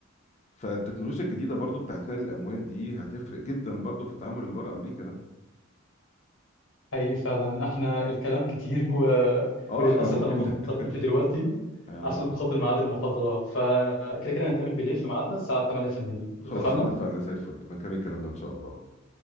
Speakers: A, on the left; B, on the left.
A: فالتكنولوجيا الجديده برضو بتاعت نقل الاموال دي هتفرق جدا برضو في التعامل اللي بره امريكا ده
B: حقيقي فعلا احنا الكلام كتير و...
A: اه
B: وللاسف
A: احنا ممكن
B: انا مضطر
A: <laughs>
B: امشي دلوقتي
A: آه،
B: عشان
A: بالظبط.
B: خاطر ميعاد المحاضره فكده كده هنتقابل بالليل في ميعادنا الساعه 8 في النادي
A: خلاص
B: اتفقنا
A: اتفقنا زي الفل يبقى نكمل كلامنا ان شاء الله